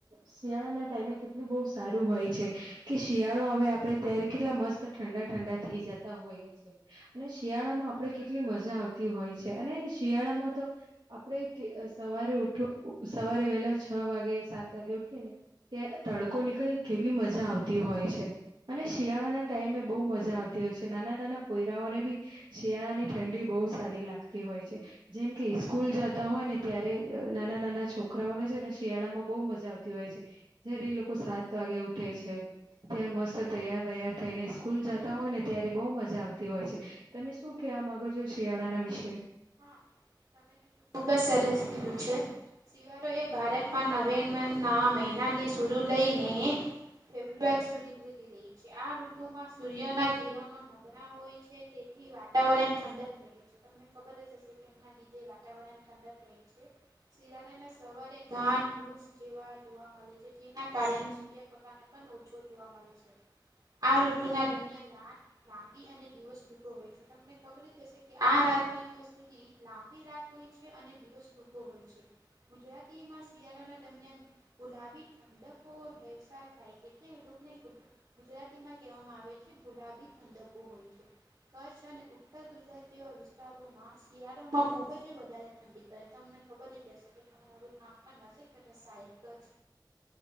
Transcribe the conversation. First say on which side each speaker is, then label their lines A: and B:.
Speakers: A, on the right; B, on the right.
A: શિયાળાના ટાઈમે કેટલું બહુ સારું હોય છે કે શિયાળો હવે આપડે ત્યારે કેટલા મસ્ત ઠંડા ઠંડા થઈ જતા હોઈએ છે અને શિયાળામાં આપણે કેટલી મજા આવતી હોય છે અને શિયાળામાં તો આપણે સવારે ઊઠું સવારે વેહેલા છ વાગે સાત વાગે ઉઠીએ ને કે તડકો નીકળીને કેવી મજા આવતી હોય છે. અને શિયાળાના ટાઈમે બહુ મજા આવતી હોય છે નાના નાના પોયરાઓને બી શિયાળા ની ઠંડી બહુ સારી લાગતી હોય છે. જેમ કે સ્કૂલ જતા હોય ને ત્યારે નાના નાના છોકરાઓને છે ને શિયાળા માં બહુ મજા આવતી હોય છે. જયારે એ લોકો સાત વાગે ઉઠે છે. ત્યાં મસ્ત તૈયાર વૈયાર થઈને સ્કૂલ જતા હોય ને ત્યારે બઉ મજા આવતી હોય છે. તમે શું કેવા માંગો છો શિયાળાના વિશે
B: હા તમે ખુબ જ સરસ કીધું છે. શિવારોએ ભારતમાં નવેમ્બના મહિનાને શરૂ લઈને ફેબ્રુઆરી સુધી વધી રહી છે આ ઋતુમાં સૂર્ય ના કિરણો <unintelligible> હોય છે તેથી વાતાવરણ ઠંડક રહે છે તમને ખબર જ હશે કે એમના લીધે વાતાવરણ ઠંડક શિયારા ના સવારે ગાન ઘૂસ જેવા જોવા મળે છે જેના કારણે સૂર્યપકાને પણ ઓછો જોવા મળે છે આ ઋતુ ના દરમિયાન રાત લાંબી અને દિવસ ટૂંકો હોય છે તમને ખબર જ હશે કે આ રાતના દિવસ સુધી લાંબી રાત હોય છે અને દિવસ ટૂકો હોય છે. ગુજરાતીમાં શિયાળાના દરમિયાન ગુલાબી ઠંડકો હેસા થાય છે કે લોકોને ગુજરાતીમાં કહેવામાં આવે છે ગુલાબી ઠંદકો હોય છે. કચ્છ અને ઉત્તર ગુજરાત જેવા વિસ્તારો માં શિયાળોમાં ખૂબ જ વધારે ઠંડી પડે તમને ખબર જ રહેશે કે તમારું ગામ પણ નથી કર સાહેબ જ